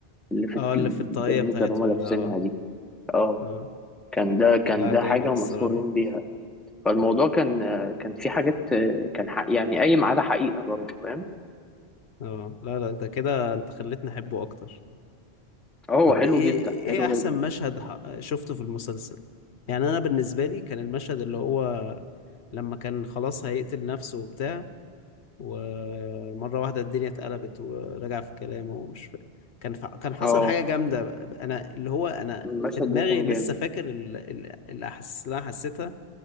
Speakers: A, in the centre; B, on the left.
A: اللي في
B: اه اللي
A: البرنيتا
B: في الطاقيه بتاعتهم
A: اللي هما لابسينها
B: ده اه
A: دي اه
B: اه
A: كان ده كان
B: لا
A: ده
B: جامد
A: حاجة
B: الصراحه
A: مشهورين بيها فالموضوع كان كان في حاجات كان حق يعني قايم على حقيقة برضه فاهم
B: اه لا لا ده كده انت خليتني احبه اكتر
A: اه هو
B: طب
A: حلو
B: ايه
A: جدا
B: ايه
A: حلو
B: احسن
A: جدا
B: مشهد ح- شفته في المسلسل يعني انا بالنسبه لي كان المشهد اللي هو لما كان خلاص هيقتل نفسه وبتاع ومره واحده الدنيا اتقلبت ورجع في كلامه ومش ف... كان ف... كان حصل
A: اه
B: حاجه جامده انا اللي هو انا
A: المشهد
B: في دماغي
A: ده كان
B: لسه
A: جامد
B: فاكر ال... ال... الاحاسيس اللي انا حسيتها